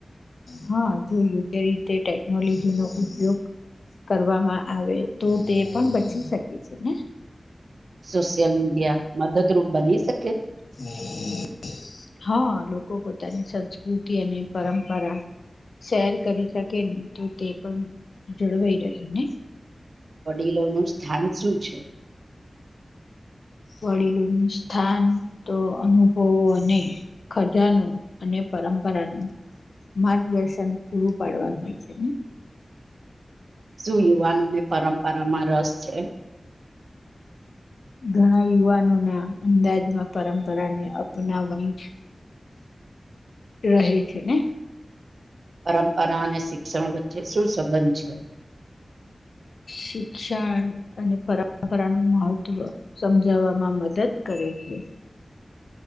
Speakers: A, on the left; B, on the right.
A: હા જોયું તે રીતે ટેકનોલોજી નો ઉપયોગ કરવામાં આવે તો તે પણ બચી શકે છે ને
B: સોશિયલ મીડિયા મદદરૂપ બની શકે
A: હમ હા લોકો પોતાની સંસ્કૃતિ અને પરંપરા શેર કરી શકે ને તો તે પણ જળવાઈ રહે ને
B: વડીલોનું સ્થાન શું છે
A: વડીલો નું સ્થાન તો અનુભવો અને ખજાનો અને પર પરા નું માર્ગદર્શન પૂરું પાડવાનું હોય છે
B: શું યુવાનોને પરંપરામાં રસ છે
A: ઘણા યુવાનો ના અંદાજમાં પરંપરાને અપનાવાની છે રહે છે ને
B: પરંપરા અને શિક્ષણ વચ્ચે શું સંબંધ છે
A: શિક્ષણ અને પરંપરા નું મહત્વ સમજાવવામાં મદદ કરે છે